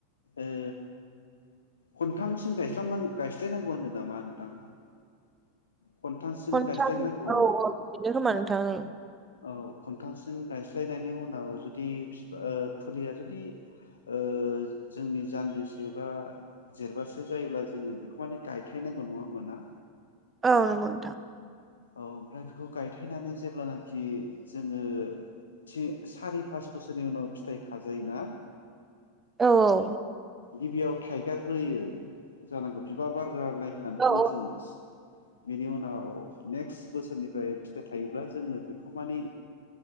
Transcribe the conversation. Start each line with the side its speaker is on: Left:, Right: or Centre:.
Left: ओ खनथामसिम गायस्लाम नां गायस्लायनांगौ होनदो नामा नोंथां। खनथामसिम
Right: खन्थाम
Left: गायस्लायनांगौ
Right: औ
Left: होन
Right: औ बिदिनो खामानो। नोथां ओं।
Left: औ खन्थामसिम गायस्लायनायनि उनाव जुदि फि ओ। फुलिया जुदि ओ जोंनि जान्जिसे बा जेरबासे जायोब्ला जोङो खौ माने गायथाय नांगौ नङा होमबा ना?
Right: औ नंगौ नोंथां
Left: औ ओमफ्राय बेखौ गायथायनानै जेब्लानाखि जोङो थि सारि पास बोसोरनि उनाव फिथाइ खाजायो ना
Right: औ औ
Left: गिबियाव थाइगार होयो जानांगौ बिबार बार गोरनाय होननानै
Right: औ
Left: बुङो जोङो बिनि उनाव नेक्स्ट बोसोरनिफ्राय फिथाइ थायोब्ला जोङो बेखौ माने